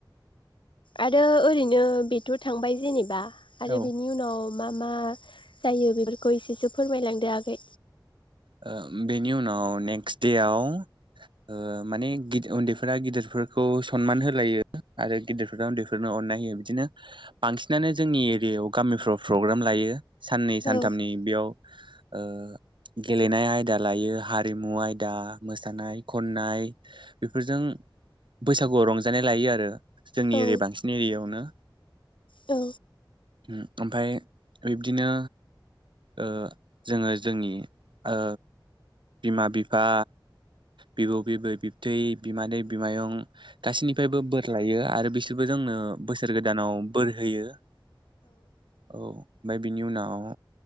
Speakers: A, on the left; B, on the right.
A: आरो ओरैनो बेथ' थांबाय जेनेबा आरो
B: औ
A: बेनि उनाव मा मा जायो बेफोरखौ इसेसो फोरमायलांदो आगै
B: ओ बेनि उनाव नेक्स्ट देआव ओ माने उन्दैफोरा गिदिरफोरखौ सन्मान होलायो आरो गेदेरफोरा उन्दैफोरनो अन अननाय होयो बिदिनो बांसिनानो जोंनि एरियायाव गामिफ्राव प्रग्राम लायो। सान्नै सानथामनि
A: औ
B: बेयाव ओ गेलेनाय आयदा लायो हारिमु आयदा मोसानाय खन्नाय बेफोरजों बैसागुआव रंजानाय लायो आरो जोंनि
A: औ
B: एरि बांसिन एरियायावनो
A: औ।
B: उम ओमफाय बिब्दिनो ओ जोङो जोंनि ओ बिमा बिफा बिबौ बिबै, बिबथै, बिमानै, बिमायं गासैनिफायबो बोर लायो आरो बिसोरबो जों जोंनो बोसोर गोदानाव बोर होयो। औ ओमफाय बिनि उनाव